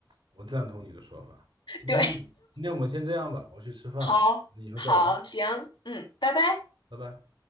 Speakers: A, on the right (about 85°); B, on the left (about 75°).
A: 我赞同你的说法。今天今天我们先这样吧，
B: 对，
A: 我去吃饭了，
B: <laughs> 好，
A: 以后再聊，
B: 好，行，嗯，拜拜。
A: 拜拜。